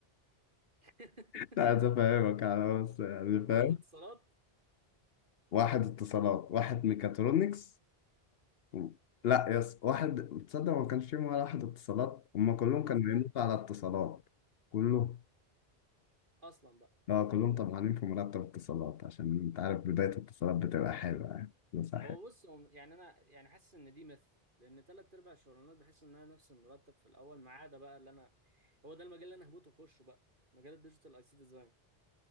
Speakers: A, on the right (about 50°); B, on the left (about 70°).
A: <laughs>
B: <laughs> لا أفهمك أنا بس يعني
A: كلهم
B: فاهم
A: اتصالات
B: واحد اتصالات واحد ميكاترونكس و- لا يس واحد تصدق ما كانش فيهم ولا واحد اتصالات هما كلهم
A: اصلا
B: كانوا بيموتوا على اتصالات كلهم
A: اصلا بقى
B: لا كلهم طبعا في مرتب اتصالات عشان انت عارف بداية الاتصالات بتبقى حلوة يعني بس حلوة.
A: هو بص هو يعني انا يعني حاسس ان دي مثل لان تلات ارباع الشغلانات بحس انها نفس المرتب في الاول ما عدا بقى اللي انا هو ده المجال اللي انا هموت واخشه بقى مجال الديجيتال اي سي ديزاين